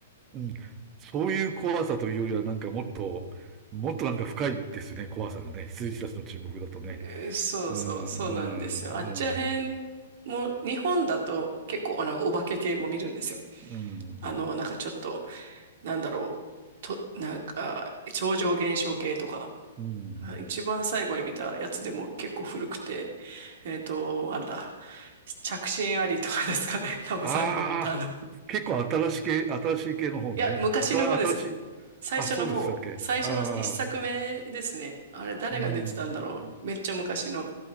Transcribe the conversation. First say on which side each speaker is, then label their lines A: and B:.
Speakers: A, on the right; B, on the right.
A: うんそういう怖さというよりは、なんかもっと、もっとなんか深いですね、怖さがね。羊たちの沈黙だとね。
B: <laughs> そうそう、
A: うん。
B: そうなんですよ。
A: うん。
B: あっちらへんも、日本だと結構あの、お化け系も見るんですよ。
A: うん。
B: あの、なんかちょっと、なんだろう、と、なんか、超常現象系とか。
A: うん。
B: 一番最後に見たやつでも結構古くて、えっと、あれだ。着信ありとかですかね。多分最後見たの。
A: ああ、結構新しい系、新しい系の方ね。
B: いや、昔の方ですね。
A: あた、新しい、
B: 最初の方。
A: あ、そうでしたっけ。
B: 最初の一作目ですね。
A: ああ、
B: あれ、誰が出てたんだろう。
A: うん、
B: めっちゃ昔の。